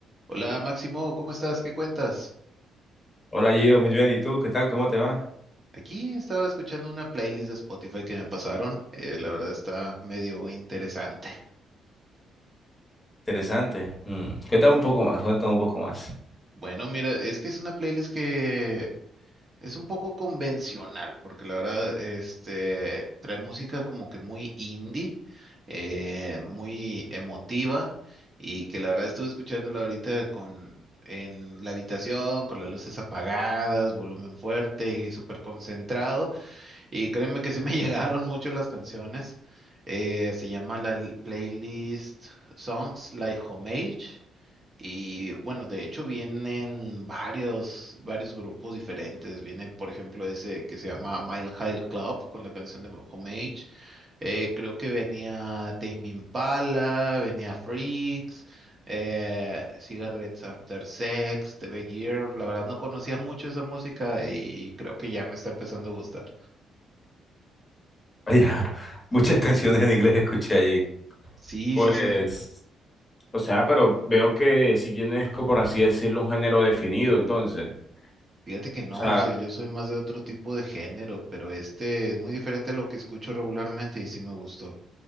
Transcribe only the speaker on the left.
Hola Gio, muy bien. ¿Y tú? ¿Qué tal? ¿Cómo te va?
Interesante. Mm, Cuéntame un poco más, cuéntame un poco más.
<laughs> Vaya, muchas canciones en inglés escuché allí.
Pues,
o sea, pero veo que si tienes, co- por así decirlo, un género definido, entonces.
O
sea,